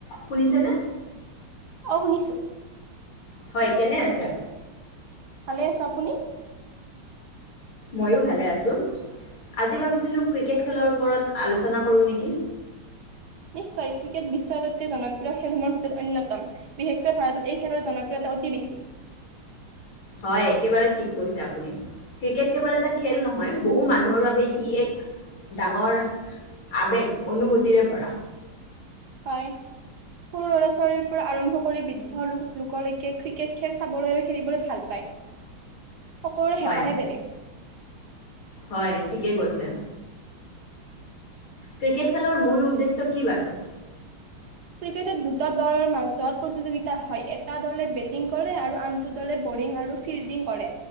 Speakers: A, on the left; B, on the right.
A: শুনিছে নে।
B: অ শুনিছো।
A: হয় কেনে আছে।
B: ভালে আছে আপুনি।
A: ময়ো ভালে আছোঁ আজি ভাবিছিলোঁ ক্ৰিকেট খেলৰ ওপৰত আলোচনা কৰোঁ নেকি।
B: নিশ্চয় ক্ৰিকেট বিশ্বৰ আটাইতকৈ জনপ্ৰিয় খেলসমূহৰ ভিতৰত অন্যতম বিশেষকৈ ভাৰতত এই খেলৰ জনপ্ৰিয়তা অতি বেছি।
A: হয় একেবাৰে ঠিক কৈছে আপুনি ক্ৰিকেট কেৱল এটা খেল নহয় বহু মানুহৰ বাবে ই এক ডাঙৰ আবেগ অনুভূতিৰে ভৰা।
B: হয় সৰু ল'ৰা ছোৱালীৰ পৰা আৰম্ভ কৰি বৃদ্ধ লোকলৈকে ক্ৰিকেট খেল চাবলৈ আৰু খেলিবলৈ ভাল পায়। সকলোৰে
A: হয়
B: হেঁপাহে বেলেগ।
A: হয় ঠিকেই গৈছে। ক্ৰিকেট খেলাৰ মূল উদ্দেশ্য কি বাৰু।
B: ক্ৰিকেটত দুটা দলৰ মাজত প্ৰতিযোগিতা হয় এটা দলে বেটিং কৰে আৰু আনটো দলে বলিং আৰু ফিল্ডিং কৰে